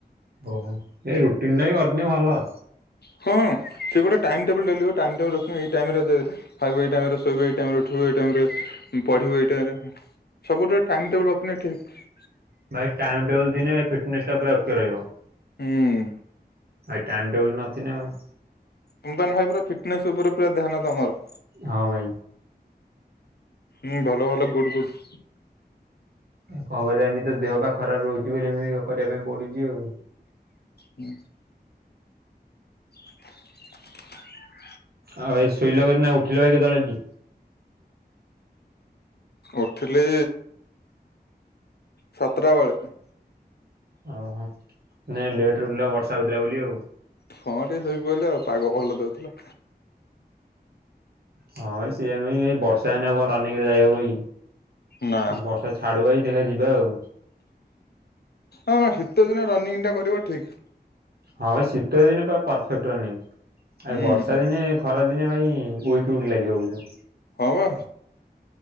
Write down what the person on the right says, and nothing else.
ଓହୋ ଏଇ ରୁଟିନ୍ ଟାବି କରିଥିନେ ଭଲ।
ଭାଇ ଟାଇମ୍ ଟେବୁଲ୍ ଥିନେ ଫିଟନେସ୍ ଟା ପୁରା ଓକେ ରହିବ।
ଆ ଏ ଟାଇମ୍ ଟେବୁଲ୍ ନଥିନେ ଆଉ
ହଁ ଭାଇ।
ଉଁ କଁ କରିବା ଏମିତି ଦେହ ପା ଖରାପ ରହୁଚି ବୋଲି ଏମିତି କରିବା ପାଇଁ ପଡ଼ୁଚି ଆଉ।
ଆଉ ଭାଇ ଶୋଇଲ କେ ନା ଉଠିଲ ଭାଇ କେତୋଳେ ଆଜି?
ଓହୋ ନେ ଲେଟ୍ ରେ ଉଠିଲ ବର୍ଷା ହଉଥୁଲା ବୋଲି ଆଉ।
ହଁ ଭାଇ ସେଇଆ ନୁହେଁ କି ଏଇ ବର୍ଷା ହେନେ ଆଉ କଁ ରନିଂରେ ଯାଇ ହବ କି?
ବର୍ ସେ ଛାଡ଼ୁ ଭାଇ ଦେଖିଆ ଯିବା ଆଉ।
ହଁ ଭାଇ ଶୀତ ଦିନେ ପୁରା ପରଫେକ୍ଟ୍ ରନିଂ ଆ
ଏ ବର୍ଷା ଦିନେ ଖରାଦିନେ ଭାଇ ୱିକ୍ ୱିକ୍ ଲାଗିବ ବୁଜୁ।